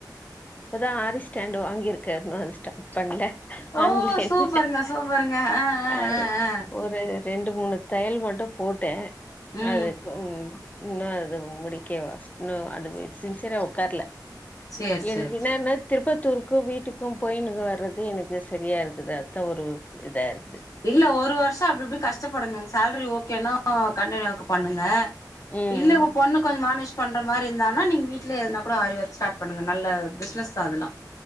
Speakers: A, on the left (about 20°); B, on the left (about 50°).
A: இப்பதா ஆரி ஸ்டாண்டு வாங்கிருக்க இன்னும் அது ஸ்டா பண்ணல
B: ஓ
A: ஆன்லைன்
B: சூப்பருங்க சூப்பருங்க ஆ ஆ
A: அ
B: ஆ ஆ
A: ஒரு ரெண்டு மூணு தையல் மட்டும் போட்டே
B: ம்
A: அதுக்கு உம் இன்னும் அது முடிக்கவா இன்னும் அது சின்சியரா உட்கார்ல
B: சேரி
A: எனக்கு
B: சேரி
A: என்னன்ன
B: சேரி
A: திருப்பத்தூர் க்கும் வீட்டுக்கும் போயுனுவர்றது எனக்கு சரியா இருக்குது அதுதா ஒரு இதா இருக்கு
B: இல்ல ஒரு வருஷம் அப்டி இப்டி கஷ்டப்படுங்கங் சேலரி ஓகேனா கண்டியு பண்ணுங்க
A: ம்
B: இல்ல உங்க பொண்ணு கொஞ்சம் மேனேஜ் பண்ற மாரி இருந்தாங்கனா நீங்க வீட்லயே எதுன அப்பற ஆகி ஒர்க் ஸ்டார்ட் பண்ணுங்க நல்ல பிசினஸ் தா அதெல்லாம்